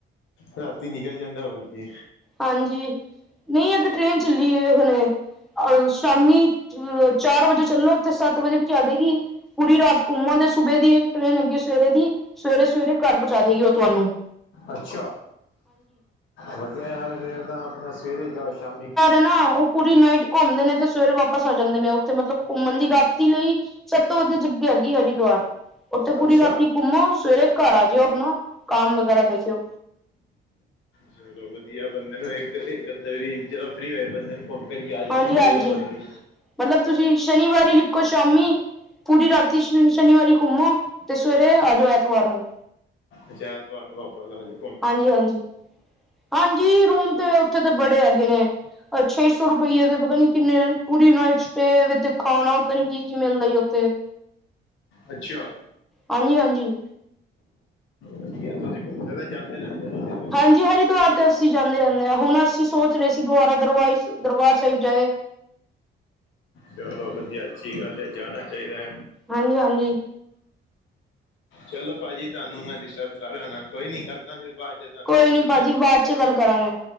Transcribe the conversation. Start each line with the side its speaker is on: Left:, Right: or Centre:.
Left: ਰਾਤੀ ਨਿਕਲ ਜਾਂਦਾ ਹੋਰ ਕੀ
Centre: ਹਾਂਜੀ ਨਈ ਇੱਕ ਟ੍ਰੇਨ ਚੱਲੀ ਏ ਹੁਨੇ ਸ਼ਾਮੀ ਅ ਚਾਰ ਵਜੇ ਚੱਲੋ ਓਥੇ ਸੱਤ ਵਜੇ ਪੁਚਾ ਦੇਗੀ। ਪੂਰੀ ਰਾਤ ਘੁਮੋ ਤੇ ਸੁੂਬੇ ਦੀ ਇੱਕ ਟ੍ਰੇਨ ਹੈਗੀ ਏ ਸਵੇਰੇ ਦੀ ਸਵੇਰੇ ਸਵੇਰੇ ਘਰ ਪੁਚਾ ਦੇਗੀ ਓ ਤੁਆਨੂੰ।
Left: ਅੱਛਾ, ਵਦੀਆ ਯਾਰ ਫੇਰ ਤਾਂ ਆਪਨਾ ਸਵੇਰੇ ਜਾਓ ਸ਼ਾਮੀ
Centre: ਹਨਾ ਆਓ ਪੂਰੀ ਨਾਈਟ ਘੁਮਦੇ ਨੇ ਤੇ ਸਵੇਰੇ ਵਾਪਸ ਆ ਜਾਂਦੇ ਨੇ ਓਥੇ ਮਤਲਬ ਘੁੰਮਣ ਦੀ ਰਾਤੀ ਲਈ ਸਬ ਤੋਂ ਵਦੀਆ ਜਗਾ ਹੈਗੀ ਐ ਹਰੀਦੁਆਰ। ਓਥੇ ਪੂਰੀ
Left: ਅੱਛਾ
Centre: ਰਾਤੀ ਘੁੰਮੋ ਸਵੇਰੇ ਘਰ ਆ ਜਾਓ ਆਪਨਾ ਕੰਮ ਵਗੈਰਾ ਦੇਖ ਲਿਓ।
Left: ਚਲੋ ਵਦੀਆ ਬੰਦੇ ਨੂੰ ਇੱਕ ਅੱਦੇ ਵਾਰੀ ਜਦ ਫਰੀ ਹੋਏ ਬੰਦੇ ਨੂੰ ਏਧਰ ਈ ਆਜਾ
Centre: ਹਾਂਜੀ
Left: ਚਾਈਦਾ
Centre: ਹਾਂਜੀ
Left: ਹੋਰ ਕੀ
Centre: ਮਤਲਬ ਤੁਸੀਂ ਸ਼ਨੀਵਾਰ ਈ ਨਿਕੋ ਸ਼ਾਮੀ ਕੂਰੀ ਰਾਤੀ ਸ਼ਨੀਵਾਰੀ ਘੁੰਮੋ ਤੇ ਸਵੇਰੇ ਆਜੋ ਐਤਵਾਰ ਨੂੰ
Left: ਅਛਾ ਐਤਵਾਰ ਨੂੰ ਵਾਪਸ ਆਜੋ
Centre: ਹਾਂਜੀ -ਹਾਂਜੀ- ਹਾਂਜੀ ਜੀ ਰੂਮ ਤੇ ਔਥੇ ਤੇ ਬੜੇ ਹੈਗੇ ਨੇ ਛੇ ਸੌ ਰੁਪਈਯੇ ਦੇ ਪਤਾ ਨੀ ਕਿੰਨੇ ਪੂਰੀ ਨਾਈਟ ਸਟੇ ਵਿਦ ਖਾਣਾ ਪਤਾ ਨ ਕੀ ਕੀ ਮਿਲਦਾ ਈ ਔਥੇ
Left: ਅੱਛਾ
Centre: ਹਾਂਜੀ- ਹਾਂਜੀ
Left: ਵਧੀਆ ਤੁਸੀਂ ਘੁੰਮ ਸਕ ਤਾਂ ਜਾਂਦੇ ਜਾਂਦੇ ਹੋ ਤੁ <unintelligible>
Centre: ਹਂਜੀ ਹਰਿਦੁਆਰ ਤੇ ਅਸੀਂ ਜਾਂਨੇ ਰੈਨੇ ਆ। ਹੁਣ ਅਸੀਂ ਸੋਚ ਰੇ ਸੀ ਦੁਆਾਰਾ ਦਰਇਫ ਦਰਬਾਰ ਸਾਹਿਬ ਜਾਏ
Left: ਚਲੋ ਵਧੀਆ ਅੱਛੀ ਗੱਲ ਏ ਜਾਨਾ ਚਾਈਦਾ
Centre: ਹਾਂਜੀ-ਹਾਂਜੀ।
Left: ਚਲੋ ਭਾਜੀ ਤਾਨੂੰ ਮੈਂ ਡਿਸਟਰਬ ਕਰ ਰਿਯਾ ਹੋਨਾ ਕੋਈ ਨੀ ਕਰਦਾ ਫੇਰ ਬਾਦ ਚ ਤੁਹਾਨੂੰ
Centre: ਕੋਈ
Left: ਠੀਕ
Centre: ਨੀ
Left: ਹੈ
Centre: ਭਾਜੀ ਬਾਅ ਚ ਗੱਲ ਕਰਾਂਗੇ।